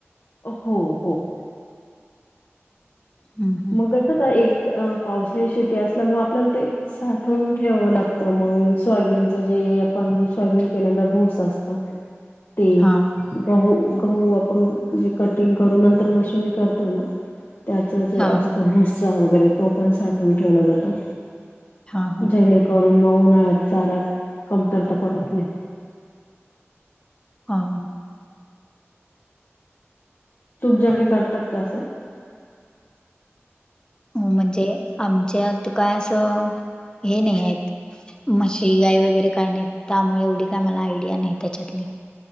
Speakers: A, on the left (about 55°); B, on the left (about 20°).
A: हो हो...
B: हं, हं.
A: मग कस ते एक पावसाळी शेती असल्यामुळे आपल्याला ते- साठून ठेवावं लागत मग सोयाबीनच जे आपण सोयाबीन केल्या तर भूसा असतो- <unintelligible> ते
B: हां,
A: गहु, गहु आपण जे कटिंग करून नंतर मशीननी करतो ना- त्याच जे
B: हां,
A: असतो भुसा वगैरे तो पण साठवून ठेवला जातो
B: हां, हां,
A: जेणेकरून मग उन्हाळ्यात चऱा कमतरता पडत नाही
B: हा
A: तुमच्याकडे करतात का
B: म्हणजे आमच्यात काय असं हे नाही हेत- मशी, गाई वगैरे काय नाही त्यामुळे एवढी काय मला आयडिया नाही त्याच्यातली-